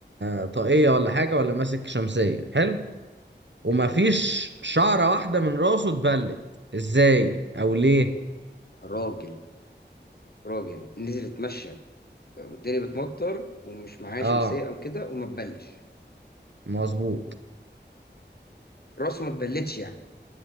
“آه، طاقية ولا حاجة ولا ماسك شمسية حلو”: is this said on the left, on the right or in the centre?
Right